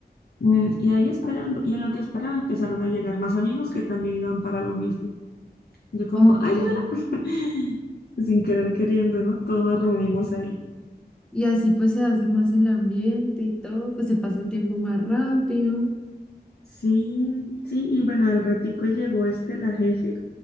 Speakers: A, on the left; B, in the centre.
A: Mm, y ahí esperando, y en lo que esperaba empezaron a llegar más amigos que también iban para lo mismo. Yo como,
B: Ok.
A: ay, hola, <laughs> sin querer queriendo, ¿no? Todos nos reunimos ahí.
B: Y así pues se hace más el ambiente y todo, pues se pasa el tiempo más rápido.
A: Sí, sí, y bueno, al ratico llegó este, la jefe,